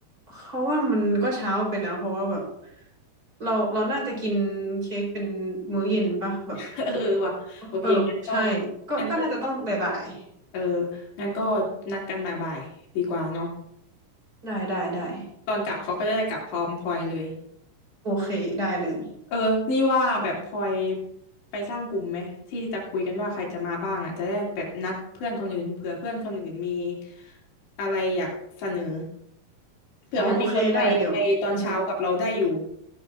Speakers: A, on the right; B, on the left.
A: เขาว่ามันก็เช้าไปนะ เพราะว่าแบบ เราเราน่าจะกินเค้กเป็นมื้อเย็นปะแบบ
B: <laughs> เออว่ะโอเคงั้นก็
A: เออใช่ก็ก็น่าจะต้องบ่าย
B: งั้นก็เอองั้นก็นัดกันบ่ายๆดีกว่าเนาะ
A: ๆได้ได้ได้
B: ตอนกลับเขาก็จะได้กลับพร้อมพลอยเลย
A: โอเคได้เลย
B: เออนี่ว่าแบบพลอยไปสร้างกลุ่มไหมที่จะคุยกันว่าใครจะมาบ้างอ่ะจะได้แบบนัดเพื่อนคนอื่นเผื่อเพื่อนคนอื่นมีอะไรอยากเสนอเผื่อมันมีคนไปไปตอนเช้ากับเราได้อยู่
A: อ๋อโอเคได้เดี๋ยวอือฮึ